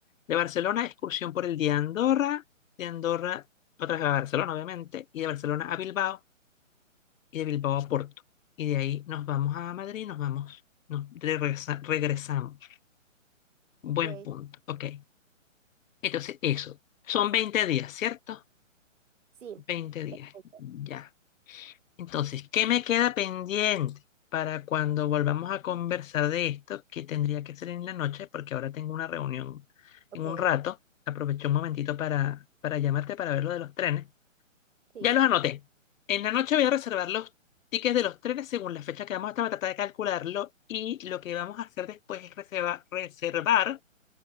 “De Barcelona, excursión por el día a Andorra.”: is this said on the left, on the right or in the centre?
Left